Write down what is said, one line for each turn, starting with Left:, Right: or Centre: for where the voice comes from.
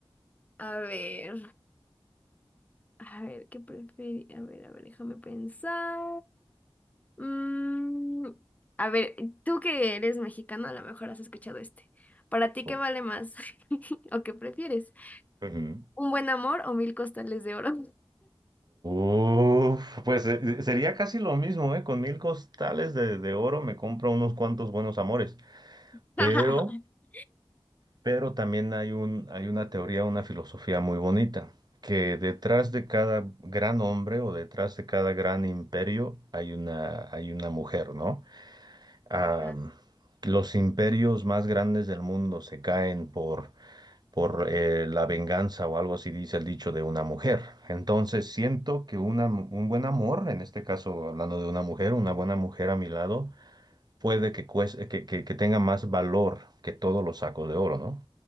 Left: A ver. A ver, ¿qué prefieres? A ver, a ver, déjame pensar. Mm, a ver, tú que eres mexicano, a lo mejor has escuchado este. ¿Para ti
Right: Uf.
Left: qué vale más? <laughs> ¿O qué prefieres?
Right: Ujú.
Left: ¿Un buen amor o mil costales de oro?
Right: Uf, pues eh, sería casi lo mismo, ¿eh? Con mil costales de, de oro me compro unos cuantos buenos amores.
Left: <laughs>
Right: Pero Pero también hay un, hay una teoría, una filosofía muy bonita, que detrás de cada gran hombre o detrás de cada gran imperio hay una, hay una mujer, ¿no? Am,
Left: Ajá.
Right: los imperios más grandes del mundo se caen por, por eh, la venganza o algo así dice el dicho de una mujer. Entonces siento que una, mu- un buen amor, en este caso hablando de una mujer, una buena mujer a mi lado, puede que, cueste- que, que que tenga más valor que todos los sacos de oro, ¿no?